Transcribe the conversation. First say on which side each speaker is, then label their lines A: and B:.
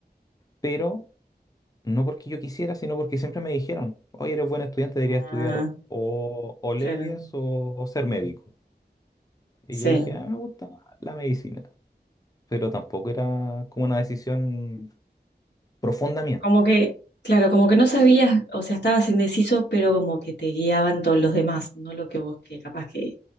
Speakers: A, on the left (about 20°); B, on the left (about 85°).
A: pero no porque yo quisiera, sino porque siempre me dijeron, oye, eres buen estudiante, deberías estudiar
B: Ah,
A: o, o leyes
B: claro.
A: o, o ser médico. Y
B: Sí.
A: yo dije, ah, me gusta la medicina, pero tampoco era como una decisión profunda mía.
B: Como que, claro, como que no sabías, o sea, estabas indeciso, pero como que te guiaban todos los demás, no lo que vos, que capaz que